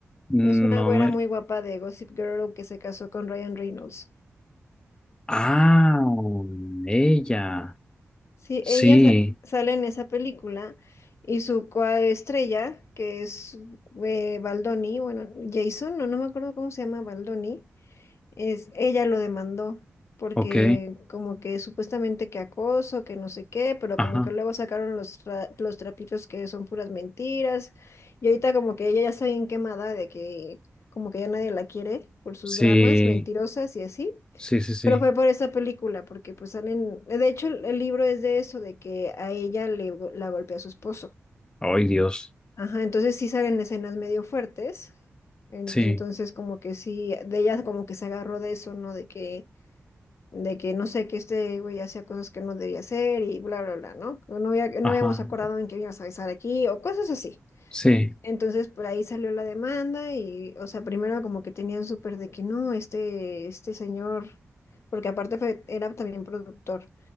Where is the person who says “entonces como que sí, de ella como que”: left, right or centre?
Left